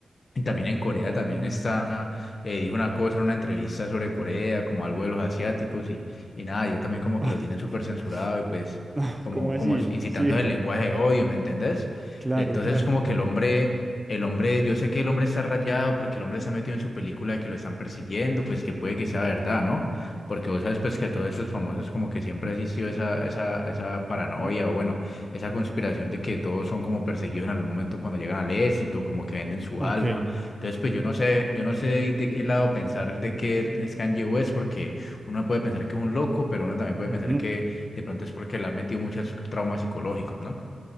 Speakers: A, on the left; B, on the right.
A: Y también en Corea
B: mm.
A: también está, eh, dijo una cosa en una entrevista sobre Corea, como algo de los asiáticos y, y nada, ya también como
B: <laughs>
A: que lo tienen súper censurado y pues
B: Ah,
A: como,
B: ¿cómo así?
A: como incitando
B: Sí,
A: el lenguaje de odio, ¿me entendés?
B: claro,
A: Entonces
B: claro.
A: como que el hombre, el hombre, yo sé que el hombre está rayado porque el hombre se ha metido en su película de que lo están persiguiendo, pues que puede que sea verdad, ¿no? Porque vos sabes pues que a todos esos famosos como que siempre ha existido esa, esa, esa paranoia
B: Ujú.
A: o bueno, esa conspiración de que todos son como perseguidos en algún momento cuando llegan al éxito, como que venden su
B: Ok.
A: alma. Entonces, pues yo no sé, yo no sé de qué lado pensar de que él es Kanye West, porque uno puede pensar que es un loco, pero uno también puede
B: ujú.
A: pensar que de pronto es porque le han metido muchos traumas psicológicos, ¿no?